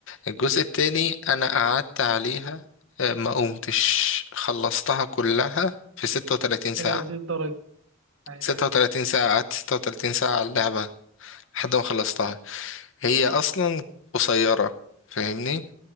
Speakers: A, on the left; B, on the right.
A: الجزء التاني انا قعدت عليها آه، ما قمتش خلصتها كلها في 36 ساعة
B: الى هذه الدرجه ايوه
A: 36
B: أيوة.
A: ساعة قعدت 36 ساعة على اللعبة لحد ما خلصتها هي أصلا قصيرة فاهمني